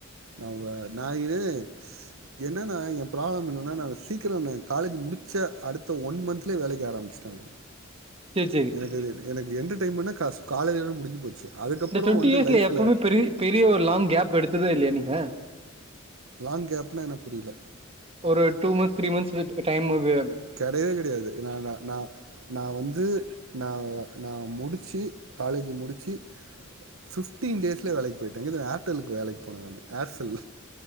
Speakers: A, on the right; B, on the right.
A: நம்ம ஞாயிறு என்னன்னா என் ப்ராப்ளம் என்னன்னா நா சீக்கிரம் என்ன காலேஜ் முடிச்ச அடுத்த ஒன் மந்த்லே வேலைக்கி ஆரம்பிச்சுடாங்க
B: சேரி சேரி
A: எனக்கு அதுட் எனக் எந்த டைமுன்னா காஸ் காலேஜ்ஜோட முடிஞ்சு போச்சு அதுக்கப்புற
B: இந்த டுவெண்டி
A: வந்து
B: இயர்ஸ்ல
A: லைஃப்ல
B: எப்பவுமே பெரி பெரிய ஒரு லாங் கேப் எடுத் த்ததே இல்லயா நீங்க
A: லாங் கேப்னா என்ன புரில
B: ஒரு டூ மந்த்ஸ் த்ரீ மந்த்ஸ் இது ட் டைமு வே
A: கெடையவே கெடையாது நா நா நா நா வந்து நா நா முடுச்சு காலேஜ் முடுச்சு ஃபிஃப்டீன் டேஸ்ல வேலைக்கு போயிட்ட இங்கதா ஏர்டல்லுக்கு வேலைக்கு போன நானு ஏர்செல்